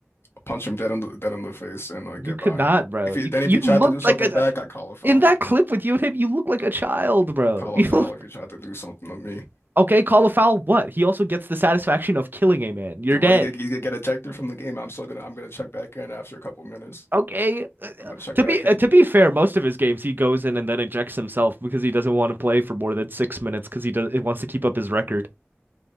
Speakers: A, on the left; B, on the right.
A: punch him dead in the dead in the face and like
B: You
A: get
B: could
A: by
B: not,
A: him.
B: bro.
A: If he
B: You
A: then if
B: you
A: he tried
B: looked
A: to do something
B: like a
A: back, I'd call a foul.
B: in that clip with you and him. You look like a child, bro.
A: Call
B: <laughs> You
A: a foul if he tried to do something to me.
B: okay? Call a foul. What? He also gets the satisfaction of killing a man. You're
A: Yeah, Well,
B: dead.
A: he could, he could get ejected from the game. I'm still gonna I'm gonna check back in after a couple minutes.
B: Okay. Uh,
A: I'm gonna check
B: To
A: back
B: be
A: in.
B: uh, to be fair, most of his games he goes in and then ejects himself because he doesn't want to play for more than six minutes because he does. It wants to keep up his record.